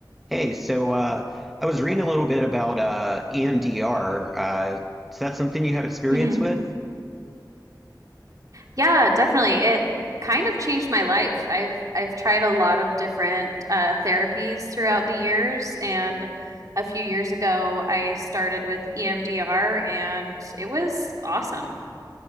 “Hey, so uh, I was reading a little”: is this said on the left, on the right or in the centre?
Centre